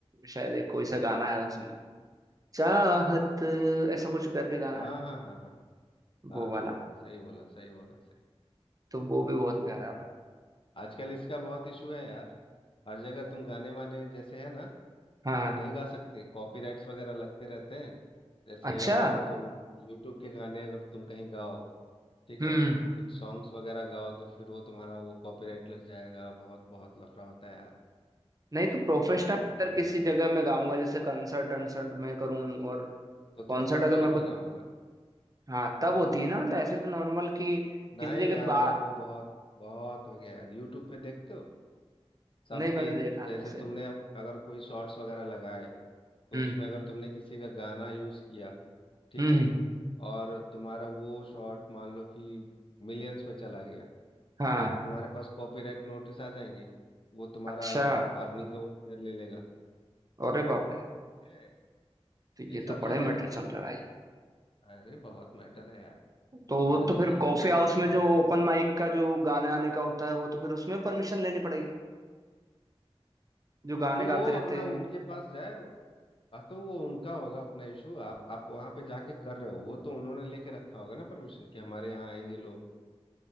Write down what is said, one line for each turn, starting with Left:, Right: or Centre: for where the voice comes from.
Right: शायद एक कोई सा गाना है उसमें चाहत ऐसा कुछ करके गाना
Left: हाँ
Right: है
Left: हाँ हाँ हाँ हाँ
Right: वो
Left: हाँ हाँ
Right: वाला
Left: हाँ हाँ, सही बोला सही बोला सही
Right: तो वो भी बहुत प्यारा है भाई
Left: आजकल इसका बहुत इशू है यार हर जगह तुम गाने वाने जैसे है ना
Right: हाँ
Left: वो नहीं गा सकते कॉपीराइट्स वगैरह लगते रहते हैं जैसे
Right: अच्छा
Left: अगर तुम यूट्यूब के गाने अगर तुम कहीं गाओ ठीक
Right: हम्म
Left: है कुछ सॉन्ग्स वगैरह गाओ तो फिर वो तुम्हारा वो कॉपीराइट लग जाएगा बहुत बहुत लफड़ा होता है यार
Right: नहीं तो प्रोफेशनल
Left: बहुत प्रॉब्लम
Right: अगर
Left: हो
Right: किसी
Left: जाती
Right: जगह में गाऊंगा जैसे कंसर्ट अनसर्ट में करूँ और
Left: तो
Right: कॉन्सर्ट
Left: तुम्हें परमिशन
Right: अगर मैं खुद
Left: लेना होगा
Right: हाँ तब होती है ना मतलब ऐसे तो नॉर्मल कि
Left: नहीं
Right: किसी जगह
Left: अब
Right: बार
Left: अब वो बहुत बहुत हो गया यार यूट्यूब पे देखते हो सबके
Right: नहीं मैंने देखा
Left: जैसे
Right: नहीं इसे
Left: तुमने अब अगर कोई शॉर्ट्स वगैरह लगाए तो
Right: हम्म
Left: उसमें अगर तुमने किसी का गाना यूज़ किया ठीक
Right: हम्म
Left: है और तुम्हारा वो शॉर्ट मान लो कि मिलियंस में चला गया
Right: हाँ
Left: तो तुम्हारे पास कॉपीराइट नोटिस आ जाएंगे वो तुम्हारा
Right: अच्छा
Left: अर्निंग का वो शेयर ले लेगा
Right: अरे बाप रे
Left: है
Right: तो
Left: ये
Right: ये
Left: सब
Right: तो बड़े
Left: जगह
Right: मैटर
Left: होता
Right: चल रहा है भाई
Left: है अरे बहुत मैटर है यार
Right: तो वो
Left: गाने
Right: तो फिर
Left: से लोग
Right: कॉफी
Left: अरबपति
Right: हाउस में जो
Left: हो गए
Right: ओपन माइक का जो गाने आने का होता है वो तो फिर उसमें परमिशन लेनी पड़ेगी जो गाने
Left: तो
Right: गाते
Left: वो
Right: रहते
Left: अपना
Right: हैं
Left: उनके पास जाए हाँ तो वो उनका होगा अपना इशू आप आप वहां पे जाके कर रहे हो वो तो उन्होंने लेके रखा होगा ना परमिशन कि हमारे यहाँ आएंगे लोग